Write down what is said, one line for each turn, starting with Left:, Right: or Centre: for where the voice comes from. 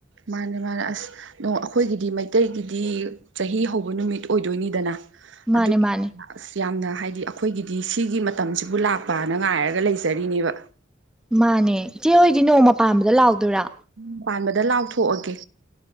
Right: ꯃꯥꯅꯦ ꯃꯥꯅꯦ ꯑꯁ ꯅ ꯑꯩꯈꯣꯏꯒꯤꯗꯤ ꯃꯩꯇꯩꯒꯤꯗꯤ ꯆꯍꯤ ꯍꯧꯕ ꯅꯨꯃꯤꯠ ꯑꯣꯏꯗꯣꯏꯅꯤꯗꯅ
Centre: ꯃꯥꯅꯦ
Right: ꯑꯗꯨ
Centre: ꯃꯥꯅꯦ
Right: ꯑꯁ ꯌꯥꯝꯅ ꯍꯥꯏꯗꯤ ꯑꯩꯈꯣꯏꯒꯤꯗꯤ ꯁꯤꯒꯤ ꯃꯇꯝꯁꯤꯕꯨ ꯂꯥꯛꯄꯅ ꯉꯥꯏꯔꯒ ꯂꯩꯖꯔꯤꯅꯦꯕ
Centre: ꯃꯥꯅꯦ ꯏꯆꯦ ꯍꯣꯏꯗꯤ ꯅꯣꯡꯃ ꯄꯥꯟꯕꯗ ꯂꯥꯎꯗꯣꯏꯔꯥ
Right: ꯎ ꯄꯥꯟꯕꯗ ꯂꯥꯎꯊꯣꯛꯑꯒꯦ